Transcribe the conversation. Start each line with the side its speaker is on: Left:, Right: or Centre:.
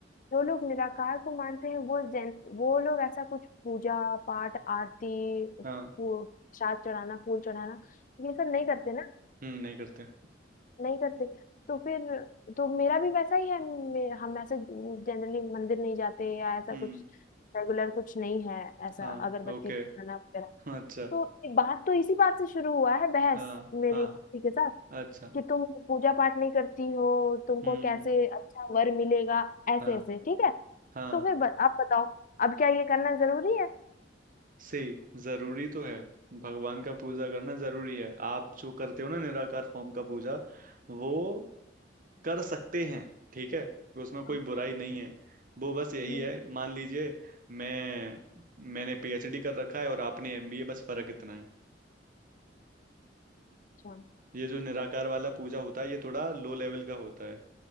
Left: जो लोग निराकार को मानते हैं वो जैन वो लोग ऐसा कुछ पूजा पाठ आरती
Right: हाँ
Left: फूल श्राद्ध चढ़ाना फूल चढ़ाना ये सब नहीं करते ना
Right: हम्म नहीं करते
Left: नहीं करते तो फिर तो मेरा भी वैसा ही है मे- हम ऐसे जनरली मंदिर नहीं जाते या ऐसा
Right: हम्म
Left: कुछ रेगुलर कुछ नहीं है ऐसा
Right: हाँ
Left: अगरबत्ती
Right: ओके
Left: दिखाना वगैरह
Right: अच्छा
Left: तो बात तो इसी बात से शुरू हुआ है बहस
Right: हाँ
Left: मेरी
Right: हाँ
Left: मौसी के साथ
Right: अच्छा
Left: कि तुम पूजा पाठ नहीं करती हो तुमको
Right: हम्म
Left: कैसे अच्छा वर मिलेगा ऐसे
Right: हाँ
Left: ऐसे ठीक है
Right: हाँ
Left: तो फिर ब, आप बताओ अब क्या ये करना जरूरी है
Right: से जरूरी तो है भगवान का पूजा करना जरूरी है आप जो करते हो ना निराकार फॉर्म का पूजा वो कर सकते हैं ठीक है उसमें
Left: हाँ,
Right: कोई बुराई नहीं है वो बस यही
Left: हम्म,
Right: है मान लीजिए मैं मैंने पीएचडी कर रखा है और आपने एमबीए बस फर्क इतना है
Left: अच्छा
Right: ये जो निराकार वाला पूजा होता है ये थोड़ा लो लेवल का होता है